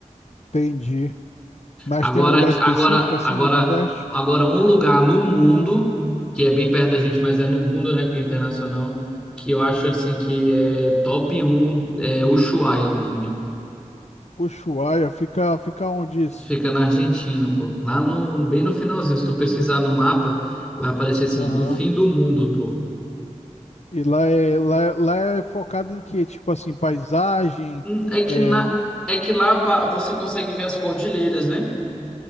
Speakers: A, on the left; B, in the centre.
A: Entendi. Mas
B: Agora,
A: tem um lugar específico
B: agora,
A: assim
B: agora,
A: do Nordeste?
B: agora um lugar no mundo, que é bem perto da gente, mas é no mundo, né, porque é internacional, que eu acho assim que é top um é Ushuaia é o nome.
A: Ushuaia, fica, fica onde isso?
B: Fica na Argentina, pô. Lá no, bem no finalzinho, se tu pesquisar no mapa, vai aparecer assim,
A: Aham.
B: o fim do mundo, pô.
A: E lá é, lá, é- lá é focado em quê? Tipo assim, paisagem,
B: Hum, É que
A: é...
B: na,
A: lu-
B: é que lá pa- você consegue ver as cordilheiras, né?